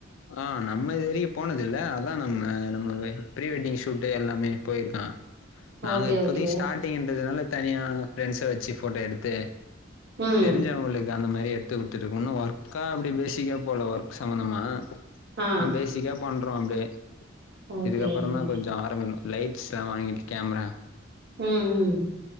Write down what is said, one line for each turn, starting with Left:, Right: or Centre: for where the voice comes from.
Left: ஆ நம்ம இதுவரைக்கு போனது இல்ல அதா நம்ம நம்ம வே ப்ரீ வெட்டிங் ஷூட்டு எல்லாமே போயிருக்கா நாங்க
Right: ஓகே
Left: இப்போதைக்கி
Right: ஓகே
Left: ஸ்டார்டிங்ன்றதுனால தனியா ஃப்ரெண்ட்ஸ வச்சி ஃபோட்டோ எடுத்து
Right: ம்
Left: தெரிஞ்சவங்களுக் அந்த மாரி எட்த்து குட்த்துட்ருக்கோ இன்னு ஒர்க்கா அப்டி பேசிக்கா போல ஒர்க் சம்பந்தமா
Right: ஆ
Left: ம் பேசிக்கா பண்றோ அப்டே
Right: ஓகே
Left: இதுக்கப்பறந்தா
Right: ஓகே
Left: கொஞ்சோ ஆரம்பின்னு லைட்ஸ்லா வாங்கிட் கேமரா
Right: ம் ம்